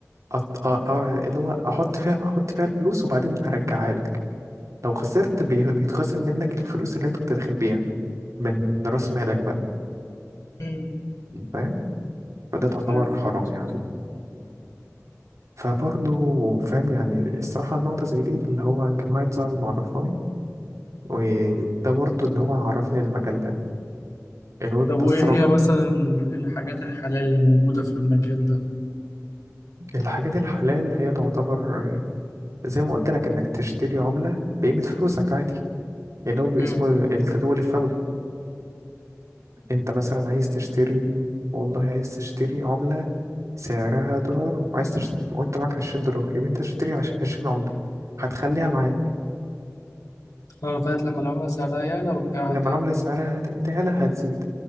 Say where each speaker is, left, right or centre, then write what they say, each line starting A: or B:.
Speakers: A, on the right; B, on the left.
A: أط... أ... أ... اللي هو احط فيها احط فيها الفلوس وبعدين ارجعها لك لو خسرت بي... بيتخصم منك الفلوس اللي انت كنت داخل بيها من راس مالك بقى
B: امم
A: فاهم فده تعتبر
B: ايوه فهمت
A: حرام يعني فبرضه فاهم يعني الصراحة نقطة زي دي اللي هو كان واحد صاحبي معرفاني وده برضه اللي هو عرفني المجال ده الواد
B: طب
A: ده
B: وايه
A: الصراحة
B: هي مثلا ال- الحاجات الحلال اللي موجودة في المجال ده
A: الحاجات الحلال هي تعتبر زي ما قلت لك انك تشتري عملة بقيمة فلوسك عادي اللي هو بي-
B: امم
A: اسمه التداول الفوري انت مثلا عايز تشتري والله عايز تشتري عملة سعرها دولار وعايز تشت... وانت معاك 20 دولار يبقى انت تشتري عش- 20 عملة هتخليها معاك
B: اه لغاية لما العملة سعرها يعلى وتبيعها
A: لما
B: تاني
A: العملة سعرها تعلى هتزيد